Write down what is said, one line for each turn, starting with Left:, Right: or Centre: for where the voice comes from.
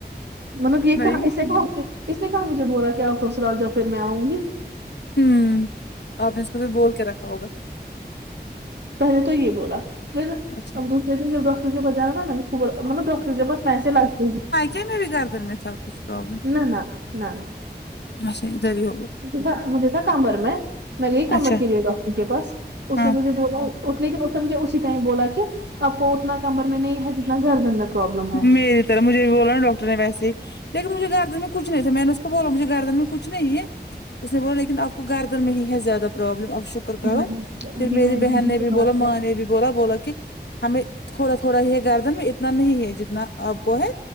Right: مطلب یہ
Left: نہیں
Right: کہ اسے کہ اس سے کہ مجھے بولا کی سسرال جاؤ پھر میں اؤں گی
Left: ہوں اپ نے اس کو بھی بول کے رکھا ہوگا
Right: پہلے تو یہ بولا پھر
Left: اچھا
Right: اب دوسرے دن جب ڈاکٹر کے پس جانا مطلب ڈٹر ان کے پاس پیسے لگتے
Left: جہ میں بھی گردن میں تھا کچھ پرابلم
Right: نہ نہ نہ نہ
Left: اچھا ادھر ہی ہوگا
Right: مج مجھے تھا کمر میں میں نے یہی کمر
Left: اچھا
Right: کے لیے ڈاکٹر کے پاس اس
Left: ہاں
Right: سے مجھے بولا لیکن اس نے مجھے اسی ٹائم بولا کہ اپ کو اتنا کمر میں نہیں ہے جتنا گردن میں پروابلم ہے
Left: میری طرح مجھے بھی بولا نا ڈاکٹر نے ویسے لیکن مجھے گردن میں کچھ نہیں تھا میں نے اس کو بولا مجھے گردن میں کچھ نہیں ہے اس نے بولا لیکن آپ کو گردن میں ہی ہے زیادہ پرابلم آپ شک
Right: وہی
Left: ر کرو
Right: میں نے وہی
Left: پھر میری
Right: میں
Left: بہن
Right: دن
Left: نے
Right: کے
Left: بھی بولو
Right: بعد
Left: ماں نے بھی بولا بولا کہ ہمیں تھوڑا تھوڑا ہی گاردن میں اتنا نہیں ہے جتنا آپ کو ہے